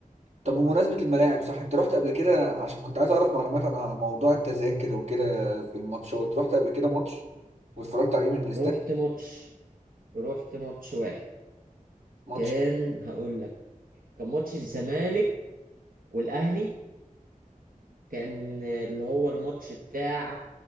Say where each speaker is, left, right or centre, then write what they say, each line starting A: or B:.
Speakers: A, on the right (about 55°); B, on the right (about 90°).
A: طب بمناسبه الملاعب صح انت رحت قبل كده عشان كنت عايز اعرف معلومات عن موضوع التذاكر وكده في الماتشات رحت قبل كده ماتش واتفرجت عليه من الاستاد
B: رحت ماتش رحت ماتش واحد
A: ماتش
B: كان هقول لك كان ماتش الزمالك والاهلي كان اللي هو الماتش بتاع